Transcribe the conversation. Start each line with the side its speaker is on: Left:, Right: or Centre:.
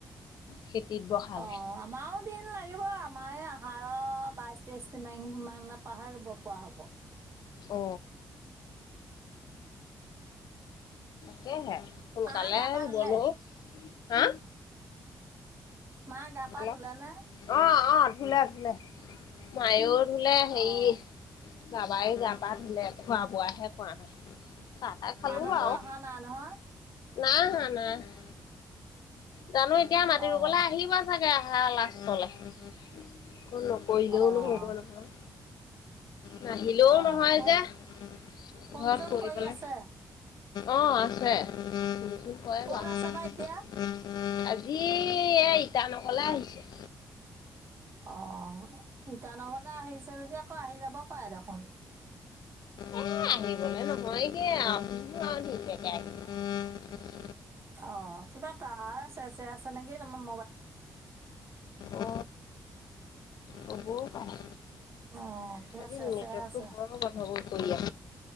Left: খেতিত বহালে
Right: অ আমাৰো দিন লাগিব আমাৰ এই আহাৰ বাইশ তেইশ মানৰ পা হে ৰুব পৰা হব
Left: অ হেয়হে সোনকালে
Right: মা গা পা
Left: ৰুবনো
Right: ধুলে
Left: হা
Right: মা গা পা
Left: হেল্ল'
Right: ধুলে নে?
Left: অ অ ধোলে ধুলে মায়ো ধুলে হেৰি
Right: অ',
Left: বাবাই যাবা ধিলে খোৱা বোৱাহে কৰা নাই চাহ তা খালো
Right: মানুহতো
Left: আও
Right: অহা নাই নহয়?
Left: নাই আহা নাই আহা জানো এতিয়া মাটি
Right: অ',
Left: ৰুবলৈ আহিবা আহা লাষ্টলে একো নকৰিলেও
Right: অ',
Left: নোহ'ব নহয় নাহিলেও
Right: অ',
Left: নহয়
Right: ফোন
Left: যে ঘৰত
Right: ফোন চোন
Left: ফুৰিবলে
Right: কৰি আছে?
Left: অ আছে <unintelligible>
Right: ক'ত আছে বা এতিয়া?
Left: জি এ ইতা নহলে আহিছে।
Right: অ ইটানগৰলে আহিছে যদি আকৌ আহি যাব পাৰে দেখোন।
Left: এ আহিবলে নহয়গে আহু আ ধুনীয়াকে <unintelligible>
Right: অ কিবা তাৰ চে চে আছে নেকি তোমাম
Left: অ তবৌ পাই।
Right: অ', কিবা
Left: আজি
Right: চেৰচেৰাই
Left: নেটো
Right: আছে।
Left: বৰ গন্ধাব কৰি আ